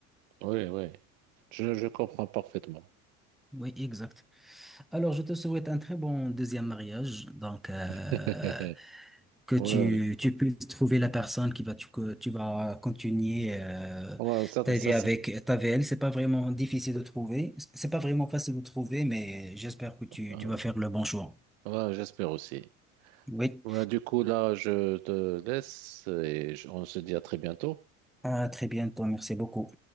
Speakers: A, on the right; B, in the centre.
A: oui, oui. Je, je comprends parfaitement.
B: Oui, exact. Alors, je te souhaite un très bon deuxième mariage. Donc, euh,
A: <laughs>
B: que
A: Ouais,
B: tu, tu puisses trouver la personne qui va, tu, que tu vas continuer euh,
A: ouais, ça,
B: ta
A: ça,
B: vie
A: ça-
B: avec, ta vie elle. C'est pas vraiment difficile de trouver. C'est pas vraiment facile de trouver, mais j'espère que tu,
A: euh,
B: tu vas faire le bon choix.
A: ouais, j'espère aussi.
B: Oui.
A: Ouais, du coup, là, je te laisse et je- on se dit à très bientôt.
B: À très bientôt. Merci beaucoup.